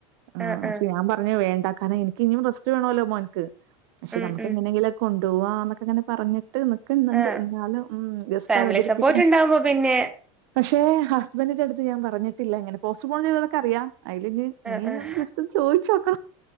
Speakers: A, on the right; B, in the centre.
A: ആ
B: ആഹ്
A: പക്ഷെ
B: ആഹ്
A: ഞാൻ പറഞ്ഞു വേണ്ട കാരണം എനിിക്കിനനിയും റസ്റ്റ് വേണല്ലോ മോ എനിക്ക് പക്ഷ
B: ഉം
A: നമുക്ക്
B: ഉം
A: എങ്ങെിലുംക്കെ ഉണ്ട് കേട്ടോവാ എന്നൊക്കെ അങ്ങനെ പറഞ്ഞട്ട് നിക്കുന്നുണ്ട്
B: ആഹ്
A: എന്നാലും ഉ ഗസ്റ്റ്
B: ഫാമിലി
A: അവതരിപ്പിക്ക
B: സപ്പോർട്ട് ഉണ്ടാവുമ്പോ പിന്നെ
A: പക്ഷേ ഹസ്ബൻറിന്റെ അടുത്ത്ഞാൻ പറഞ്ഞിട്ടില്ല എങ്ങന പോസ് പോൺ ചെയ്തൊക്ക അറിയാം അതില് ഇ
B: ആഹ്
A: ഇന
B: ആഹ്
A: ഞാൻ ജസ്റ്റ് ഒന്ന് ചോദിച്ചോ